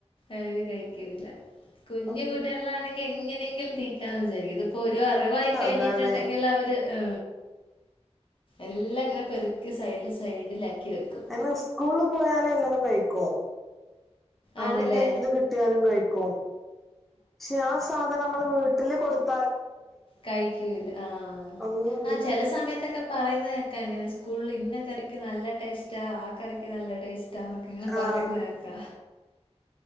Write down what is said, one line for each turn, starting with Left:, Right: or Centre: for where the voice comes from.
Left: അവര് കഴിക്കില്ല കുഞ്ഞു
Centre: ഉം
Left: കുട്ടികളിലാണെങ്കിൽ എങ്ങനെങ്കിലും തീട്ടാന്ന് വിചാരിക്കാം ഇപ്പൊ ഒരു അറിവായി കഴിഞ്ഞിട്ടുണ്ടെങ്കിൽ
Centre: അതാണ്
Left: അവര് ആ എല്ലാം ഇങ്ങനെ പെറുക്കി സൈഡിൽ സൈഡിലാക്കി വെക്കും
Centre: പിന്നെ സ്കൂളില് പോയാല്എല്ലാതും കഴിക്കും അവിടുന്ന്
Left: ആണല്ലേ
Centre: എന്ത് കിട്ടിയാലും കഴിക്കും പക്ഷെ ആ സാധനം നമ്മള് വീട്ടില് കൊടുത്ത്
Left: കഴിക്കൂല്ല ആ
Centre: ഉം
Left: ആ ചില സമയത്തൊക്കെ പറയുന്നതൊക്കെ അങ്ങനെ സ്കൂളിൽ ഇന്ന കറിക്ക് നല്ല ടേസ്റ്റാ ആ കറിക്ക് നല്ല ടേസ്റ്റ് ട്ടാനൊക്കെ ഇങ്ങനെ
Centre: ആഹ്
Left: പറയുന്നകേക്കാ